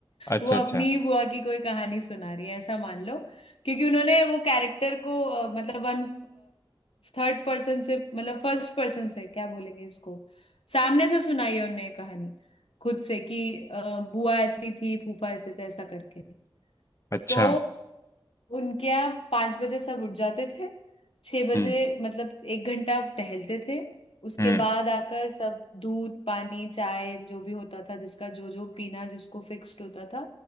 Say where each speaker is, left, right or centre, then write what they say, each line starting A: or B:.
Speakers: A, on the left; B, on the left.
A: अच्छा
B: वो अपनी
A: अच्छा
B: बुआ की कोई कहानी सुना रही है ऐसा मान लो क्योंकि उन्होंने वो कैरेक्टर को अ, मतलब वन थर्ड पर्सन से मतलब फर्स्ट पर्सन से क्या बोलेंगे इसको सामने से सुनाई है उन्हें कहानी खुद से कि अ, बुआ ऐसी थी फूफा ऐसे थे ऐसा करके
A: अच्छा
B: तो उनके यहाँ पांच बजे सब उठ जाते थे छह बजे
A: हम्म
B: मतलब एक घंटा टहलते थे उसके
A: हम्म
B: बाद आकर सब दूध पानी चाय जो भी होता था जिसका जो जो पीना जिसको फिक्स्ड होता था